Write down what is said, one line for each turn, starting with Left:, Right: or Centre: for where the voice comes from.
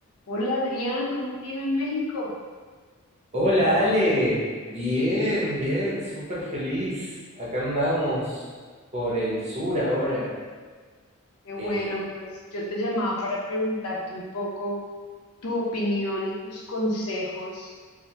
Left: Hola Adrián, ¿cómo te ha ido en México?
Right: Hola Ale, bien, bien, súper feliz. Acá andamos por el sur ahora.
Left: Qué bueno,
Right: Eh,
Left: pues yo te llamaba para preguntarte un poco tu opinión y tus consejos